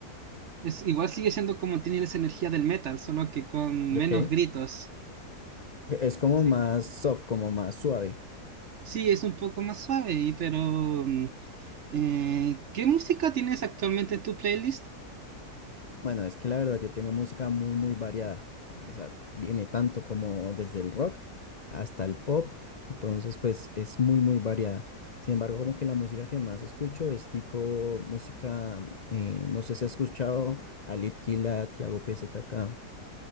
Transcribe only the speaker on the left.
Ok,
e-,
es como
más soft, como más suave.
Bueno, es que la verdad yo tengo música muy, muy variada. Eh, O sea, viene tanto como desde el rock hasta el pop. Entonces, pues es muy, muy variada. Sin embargo, como que la música que más escucho es tipo música, eh, no sé si has escuchado a Litkila, Tiago PZK.